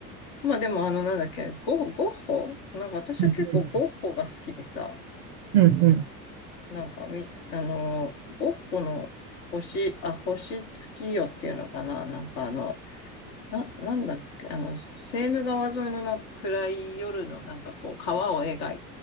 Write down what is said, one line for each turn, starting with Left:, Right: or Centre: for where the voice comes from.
Left: まあでもあのなんだっけ、ゴ、ゴッホなんか私は結構ゴッホが好きでさ、
Right: うんうん。うんうん。
Left: なんかみ、あのー、ゴッホの星、あ、星月夜っていうのかななんかあの、な、なんだっけ、あの、セーヌ川沿いのなんか暗い夜のなんかこう川を描い、